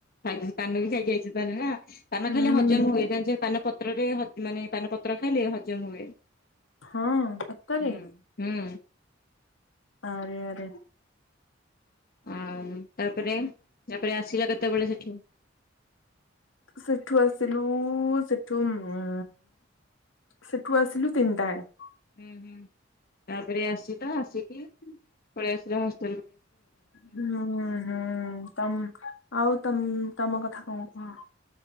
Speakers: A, on the left (about 50°); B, on the left (about 80°).
A: ଖାଇ ପାନ ବି ଖାଇକି ଆଇଛି ତାନେ ନା ପାନ
B: ହୁଁ
A: ଖାଲି ହଜମ ହୁଏ ପାନ ପତ୍ ପତ୍ରରେ ମାନେ ପାନ ପତ୍ର ଖାଇଲେ ହଜମ ହୁଏ
B: ହଁ ସତରେ
A: ହୁଁ ହୁଁ
B: ଆରେ ଆରେ
A: ଆଉ ତାପରେ ତାପରେ ଆସିଲ କେତେବେଳେ ସେଠୁ
B: ସେଠୁ ଆସିଲୁ ସେଠୁ ଉମ ସେଠୁ ଆସିଲୁ ତିନିଟା ଆରେ
A: ହୁଁ ହୁଁ ତାପରେ ଆସି ତ ଆସିକି ପଳାଇ ଆସିଲା ହସ୍
B: ହୁଁ ହୁଁ ତମ ଆଉ ତମ ତମ କଥା କଣ କୁହ?